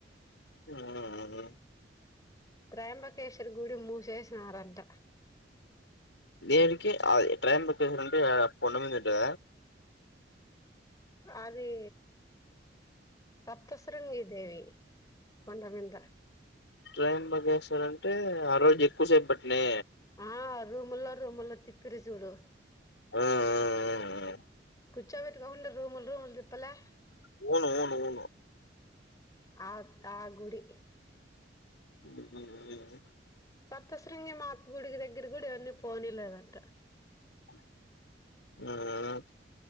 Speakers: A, on the left; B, on the left.
A: ఉమ్మ్
B: త్రయాంబకేశ్వరి గుడి మూసేసినారంట
A: దేనికి ఆది ట్రయంబకేశ్వర్ అంటే కొండమీద ఉంటాద
B: అది సప్తశృంగి దేవి కొండ మీంద
A: త్రయంబకేశ్వర్ అంటే ఆరోజు ఎక్కువసేపు పట్నే
B: ఆ రూముల్లో రూముల్లో తిప్పిరి చూడు
A: ఆఆ
B: కూర్చోబెట్టుకోకుండా రూములు రూములు తిప్పలా
A: అవునవునవును
B: ఆ తా గుడి
A: మ్మ్ఉహ్మ్
B: సప్తస్రుంగి మాత్ గుడి దగ్గరికి కూడా ఎవర్ని పోనీ లేదంట
A: ఉమ్మ్